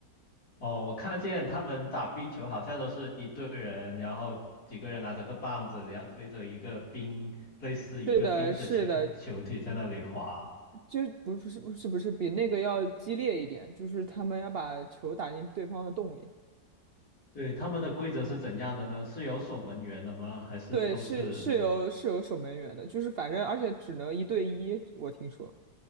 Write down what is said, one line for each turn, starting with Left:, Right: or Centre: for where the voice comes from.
Left: 哦，我看见他们打冰球好像都是一队人，然后几个人拿着个棒子，然后推着一个冰，类似一个冰的球球体在那里滑。
Right: 是的，是的，就不是不是不是比那个要激烈一点，就是他们要把球打进对方的洞里。
Left: 对，他们的规则是怎样的呢？是有守门员的吗？还是都是嗯
Right: 对，是是有是有守门员的，就是反正而且只能一对一，我听说，